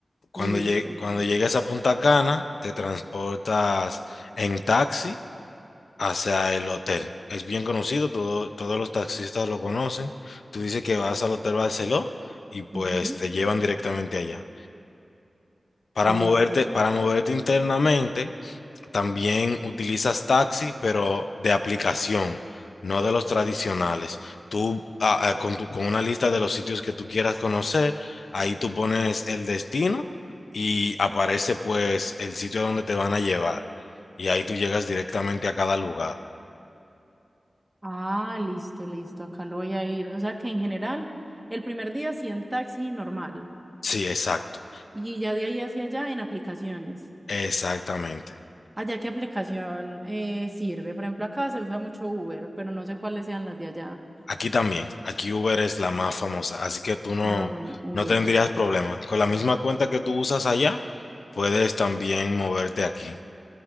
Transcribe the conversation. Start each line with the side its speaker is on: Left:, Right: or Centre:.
Left: Cuando
Right: listo.
Left: llegue- cuando llegues a Punta Cana, te transportas en taxi hacia el hotel. Es bien conocido, todo- todos los taxistas lo conocen. Tú dices que vas al Hotel Barceló y pues
Right: ujú,
Left: te llevan directamente allá. Para
Right: Listo.
Left: moverte, para moverte internamente, También utilizas taxi, pero de aplicación, no de los tradicionales. Tú ah, ah, con, tu- con una lista de los sitios que tú quieras conocer, ahí tú pones el destino y aparece pues el sitio donde te van a llevar. Y ahí tú llegas directamente a cada lugar.
Right: Ah, listo, listo. Acá lo voy a ir. O sea que en general, el primer día sí en taxi normal.
Left: Sí, exacto.
Right: Y ya de ahí hacia allá en aplicaciones.
Left: Exactamente.
Right: Allá, ¿qué aplicación eh, sirve? Por ejemplo, acá se usa mucho Uber, pero no sé cuáles sean las de allá.
Left: Aquí también. Aquí Uber es la más famosa, así que tú no,
Right: Ah, bueno, Uber.
Left: no tendrías problema. Con la misma cuenta que tú usas allá, puedes también moverte aquí.